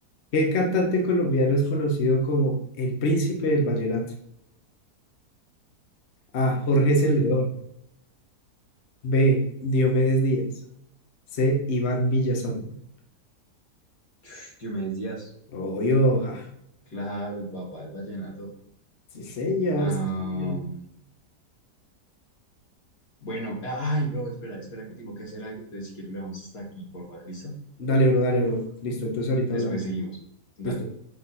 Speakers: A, on the left; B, on the left.
A: ¿Qué cantante colombiano es conocido como el príncipe del vallenato? A, Jorge Celedón.
B: Ok.
A: B, Diomedes Díaz. C, Iván Villazón.
B: <sniffs> Diomedes Díaz.
A: Oyo, ja.
B: Claro, el papá del vallenato.
A: Sí, señor,
B: Am,
A: sí, señor.
B: bueno, ay, bro, espera, espera que tengo que hacer algo, entonces si quiero lo dejamos hasta aquí, por favor, ¿listo?
A: Dale, bro, dale, bro. Listo, entonces ahorita
B: Después
A: hablamos.
B: seguimos. Dale,
A: Listo.